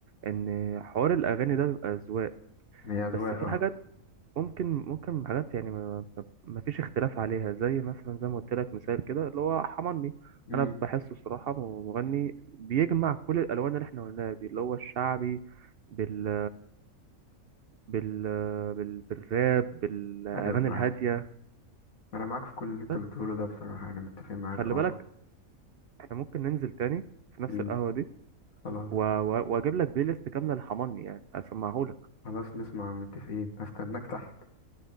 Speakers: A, on the right; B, on the left.
A: ان حوار الاغاني ده بيبقى اذواق
B: هي
A: بس
B: أذواق
A: في
B: اه
A: حاجات ممكن ممكن حاجات يعني ما ما- ما فيش اختلاف عليها زي مثلا زي ما قلت لك مثال كده اللي هو حماني
B: امم
A: انا بحسه الصراحه م- مغني بيجمع كل الالوان اللي احنا قلناها دي اللي هو الشعبي بال بال, بال... بالراب بالاغاني
B: أيوه معاك
A: الهاديه
B: أنا معاك في كل اللي أنت
A: بس
B: بتقوله ده بصراحة أنا متفق معاك
A: خلي
B: اه
A: بالك احنا ممكن ننزل تاني في نفس
B: امم
A: القهوه دي
B: خلاص
A: و... و... واجيب لك بلاي ليست كامله لحماني يعني اسمعهولك
B: خلاص نسمع متفقين هستناك تحت